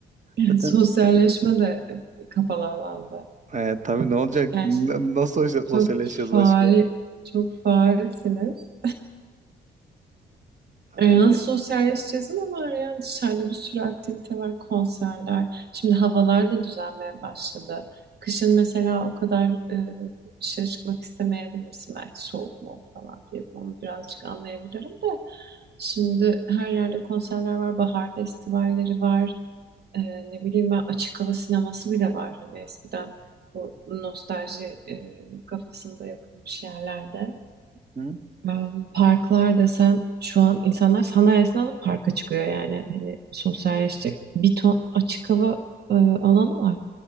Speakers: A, on the right; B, on the right.
A: Yani
B: Zaten
A: <laughs> sosyalleşme de e, kapalı alanda.
B: e, tabii ne olacak?
A: Yani
B: N- Nasıl sosyalleşeceğiz
A: çok faal
B: başka?
A: çok faalsiniz.
B: Abi.
A: E, Nasıl sosyalleşeceğiz ama var ya dışarıda bir sürü aktivite var, konserler. Şimdi havalar da düzelmeye başladı. Kışın mesela o kadar e, dışarı çıkmak istemeyebilirsin. Belki soğuk mu falan diye onu birazcık anlayabilirim de. Şimdi her yerde konserler var, bahar festivalleri var. E, ne bileyim ben açık hava sineması bile var. Hani eskiden bu nostalji e, kafasında yapılmış yerlerde.
B: Hı?
A: Ben parklar desen şu an insanlar sandalyesini alıp parka çıkıyor yani. Hani sosyalleşecek bir ton açık hava e, alanı var.